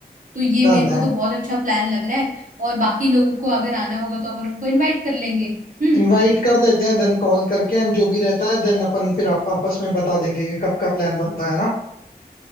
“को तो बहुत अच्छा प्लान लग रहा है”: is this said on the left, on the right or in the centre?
Right